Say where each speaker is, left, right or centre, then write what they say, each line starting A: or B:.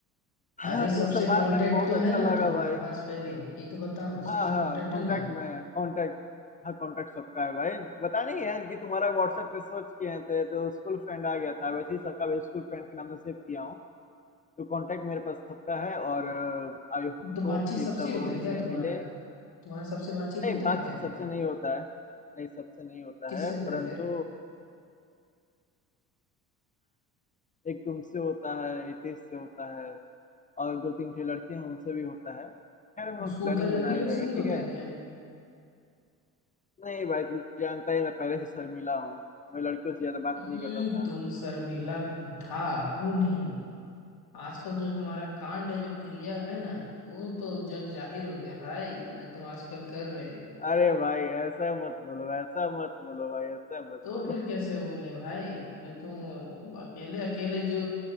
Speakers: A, on the left; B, on the left.
A: हाँ
B: अरे सबसे
A: तुमसे बात
B: कांटेक्ट
A: करके बहुत
B: तो
A: अच्छा
B: है ना
A: लगा
B: तुम्हारे
A: भाई
B: पास पहले ये तो बताओ
A: हाँ
B: सबसे
A: हाँ
B: कांटेक्ट
A: कांटेक्ट
B: है ना
A: में है कांटेक्ट हाँ कांटेक्ट सबका है भाई पता नहीं यार कि तुम्हारा व्हाट्सएप पे सर्च किए हैं तो ये तो स्कूल फ्रेंड आ गया था वैसे ही सबका भी स्कूल फ्रेंड के नाम से सेव किया हूँ तो कांटेक्ट मेरे पास सबका है और आई
B: तो बातचीत
A: होप कि
B: सबसे
A: सब
B: ही होता
A: हमसे
B: है क्या तुम्हारा
A: मिले
B: तुम्हारा सबसे बातचीत
A: नहीं
B: होता
A: बातचीत
B: है क्या
A: सबसे नहीं होता है नहीं सबसे नहीं होता
B: किससे
A: है
B: होता
A: परंतु
B: है फिर
A: एक तुमसे होता है रितेश से होता है और दो तीन ठे लड़के हैं उनसे भी होता है खैर हम
B: और
A: लोग
B: स्कूल
A: प्लानिंग
B: का लड़की
A: बनाया
B: लोग
A: जाएगा
B: से नहीं
A: ठीक
B: होता
A: है
B: है क्या
A: नहीं भाई तू जानता ही मैं पहले से शर्मीला हूँ मैं लड़कियों से ज्यादा बात
B: हम्म,
A: नहीं करता था
B: तुम शर्मिला था हूं नहीं आजकल जो तुम्हारा कांड है जो क्रिया है ना वो तो जग जाहिर हो गया भाई जो तुम आजकल कर रहे हो
A: अरे भाई ऐसा मत बोलो ऐसा मत बोलो भाई ऐसा मत
B: तो
A: बोलो
B: फिर कैसे बोले भाई जो तुम अकेले अकेले जो